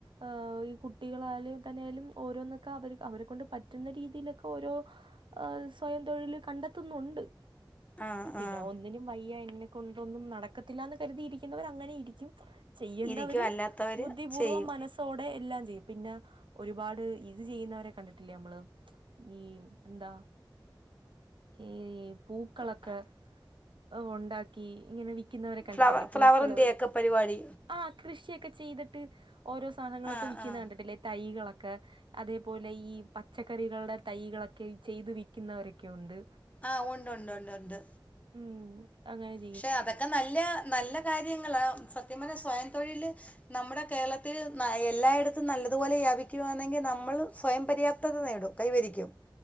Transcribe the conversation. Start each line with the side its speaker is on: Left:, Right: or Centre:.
Right: ആഹ് ഈ കുട്ടികളായാലും തന്നൊലും ഓരോന്നൊക്കെ അവർ അവരെ കൊണ്ട് പറ്റുന്ന രീതിയിലൊക്കെ ഓരോ അഹ് സ്വയം തൊഴില് കണ്ടെത്തുന്നുണ്ട്.
Left: ആഹ്
Right: പിന്നെ
Left: ആഹ്
Right: ഒന്നിനും വയ്യ എന്നെ കൊണ്ടൊന്നും നടക്കത്തില്ലാന്ന് കരുതിയിരിക്കുന്നവര് അങ്ങനെ ഇരിക്ക്യും. ചെയ്യണ്ടവര്
Left: ഇരിക്കും അല്ലാത്തവര്
Right: ബുദ്ധിപൂർവ്വം
Left: ചെയ്യും
Right: മനസ് സോടെ എല്ലാ ചെയ്യും പിന്ന ഒരുപാട് ഇത് ചെയ്യുന്നവരെ കണ്ടിട്ടില്ലേ നമ്മള്. ഈ ന്താ ഏ ഏ ഏ. പൂക്കളൊക്കെ
Left: യ്യോ
Right: അ് ഉണ്ടാക്കി ങ്ങനെ വി ക്ക്യ്ന്നവരെ കണ്ടിട്ടില്ലേ
Left: ഫ്ലവ ഫ്ലവറിന്റെയൊക്കെ
Right: പൂക്കള്.
Left: പരിപാടി
Right: ആഹ് കൃഷിയൊക്കെ ചെയ്ത്ട്ട് ഓരോ സാധനങ്ങളൊക്കെ
Left: ആഹ്
Right: വിക്ക്യുന്ന
Left: ആഹ്
Right: കണ്ടിട്ടല്ലേ തൈകളൊക്കെ. അതേപോലെ ഈ പച്ചക്കറികൾടെ തൈകളൊക്കെ ചെയ്ത് വിക്ക്യുന്നവരൊക്കെ ഉണ്ട്.
Left: ആഹ് ഉണ്ട് ഉണ്ട് ഉണ്ട് ഉണ്ട്.
Right: ഉം അങ്ങായി.
Left: ക്ഷെ അതൊക്കെ നല്ല നല്ല കാര്യങ്ങളാ സത്യം പർഞ്ഞ സ്വയം തൊഴില്. നമ്മുടെ കേരളത്തില് ന്ന എല്ലായിടത്തും നല്ലതുപോലെ വ്യാപിക്കുകാന്നെങ്കി നമ്മള് സ്വയം പര്യാപ്തത നേടും. കൈവരിക്ക്യും.